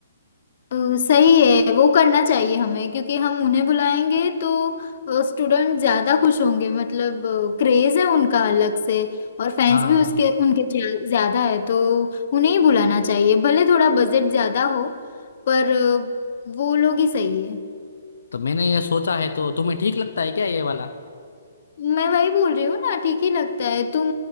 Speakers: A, on the left; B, on the left.
A: अ, सही है वो करना चाहिए हमें क्योंकि हम उन्हें बुलाएंगे तो स्टूडेंट ज्यादा खुश होंगे मतलब क्रेज है उनका अलग से और फैंस
B: हाँ
A: भी उसके उनके ज्या- ज्यादा है तो उन्हें ही बुलाना चाहिए भले थोड़ा बजट ज्यादा हो पर अ, वो लोग ही सही है
B: तो मैंने ये सोचा है तो तुम्हें ठीक लगता है क्या ये वाला
A: मैं वही बोल रही हूँ ना ठीक ही लगता है तुम